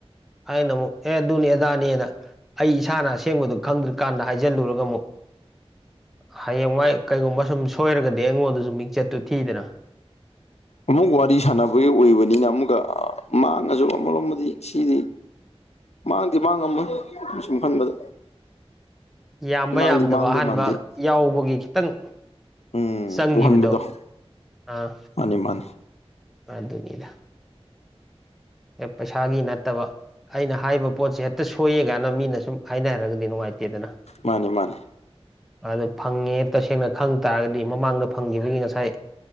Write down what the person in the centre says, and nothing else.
ꯑꯩꯅ ꯑꯃꯨꯛ ꯑꯦ ꯑꯗꯨꯅꯤ ꯑꯗꯥꯅꯤꯅ ꯑꯩ ꯏꯁꯥꯅ ꯑꯁꯦꯡꯕꯗꯨꯣ ꯈꯪꯗ꯭ꯔꯤꯀꯥꯟꯗ ꯍꯥꯏꯖꯤꯜꯂꯨꯔꯒ ꯑꯃꯨꯛ ꯍꯌꯦꯡꯋꯥꯏ ꯀꯩꯒꯨꯝꯕ ꯁꯨꯝ ꯁꯣꯏꯔꯒꯗꯤ ꯑꯩꯉꯣꯟꯗꯁꯨ ꯃꯤꯡꯆꯠꯇꯨ ꯊꯤꯗꯅ
ꯌꯥꯝꯕ
ꯌꯥꯝꯗꯕ
ꯑꯍꯥꯟꯕ
ꯌꯥꯎꯕꯒꯤ ꯈꯤꯇꯪ
ꯆꯪꯈꯤꯕꯗꯣ
ꯑꯥ
ꯑꯗꯨꯅꯤꯗ ꯄꯩꯁꯥꯒꯤ ꯅꯠꯇꯕ ꯑꯩꯅ ꯍꯥꯏꯕ ꯄꯣꯠꯁꯦ ꯍꯦꯛꯇ ꯁꯣꯏꯌꯦ ꯀꯥꯏꯅ ꯃꯤꯅ ꯁꯨꯝ ꯍꯥꯏꯅ ꯍꯥꯏꯔꯒꯗꯤ ꯅꯨꯡꯉꯥꯏꯇꯦꯗꯅ
ꯑꯗꯨ ꯐꯪꯉꯦ ꯇꯁꯦꯡꯅ ꯈꯪ ꯇꯥꯔꯒꯗꯤ ꯃꯃꯥꯡꯗ ꯐꯪꯈꯤꯕꯒꯤ ꯉꯁꯥꯏ